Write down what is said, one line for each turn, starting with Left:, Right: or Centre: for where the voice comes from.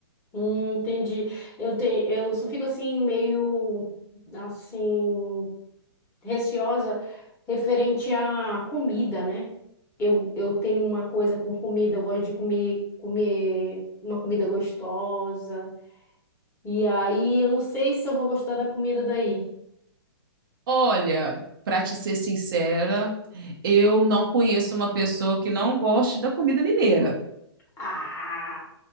Left: hum, entendi. Eu tenho, eu só fico assim meio assim receosa referente à comida, né? Eu, eu tenho uma coisa com comida, eu gosto de comer, comer uma comida gostosa. E aí eu não sei se eu vou gostar da comida daí.
Right: Olha, para te ser sincera, eu não conheço uma pessoa que não goste da comida mineira.
Left: Ah!